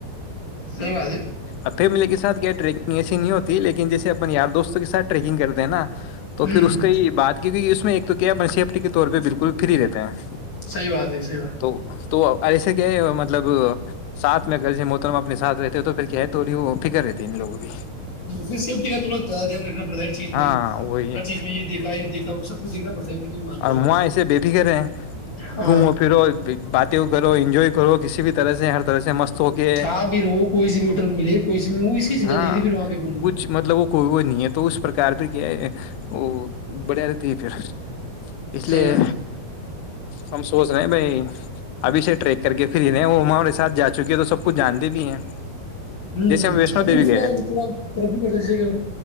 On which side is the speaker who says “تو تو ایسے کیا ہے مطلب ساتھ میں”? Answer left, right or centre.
Left